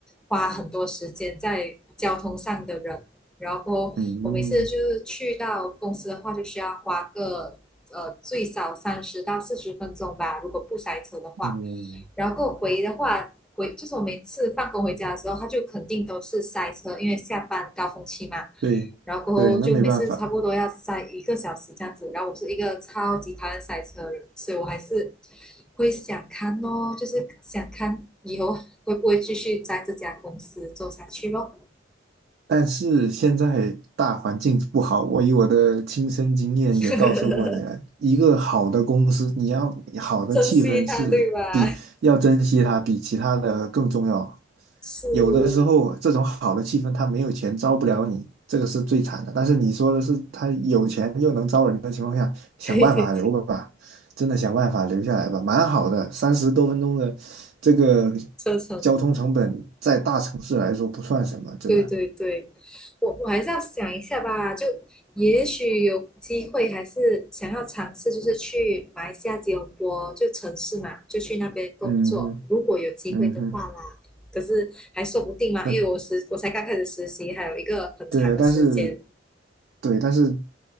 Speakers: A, in the centre; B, on the right (about 55°).
A: 花很多时间在交通上的人，然后我每次就是去到公司的话，
B: 嗯
A: 就需要花个呃最少三十到四十分钟吧，如果不塞车的话，
B: 嗯，
A: 然后回的话。回就是我每次放工回家的时候，他就肯定都是塞车，因为下班高峰期嘛。
B: 对，
A: 然后过后就每次差不多要塞一个小时这样子，
B: 对，那没办法。
A: 然后我是一个超级讨厌塞车的人，所以我还是会想看哦，就是想看以后会不会继续在这家公司做下去咯，
B: 但是现在大环境不好，我以我的亲身经验也告诉过你了，
A: <laughs>
B: 一个好的公司，你要好的气氛是比要珍惜它，
A: 珍惜它，对吧？
B: 比其他的更重要。
A: 是，
B: 有的时候这种好的气氛，他没有钱招不了你，这个是最惨的。但是你说的是他有钱又能招人的情况下，想办法留吧，
A: 对对对，
B: 真的想办法留下来吧，蛮好的。三十多分钟的这个
A: <laughs> 车程
B: 交通成本，在大城市来说不算什么，真的。
A: 对对对，我我还是要想一下吧，就也许有机会，还是想要尝试，就是去马来西亚吉隆坡就城市嘛，就去那边工作，
B: 嗯哼，
A: 如果有机会的话啦。
B: 嗯哼。
A: 可是还说不定嘛，
B: 那。
A: 因为我实我才刚开始实习，还有一个很长的时间。
B: 对，但是对，但是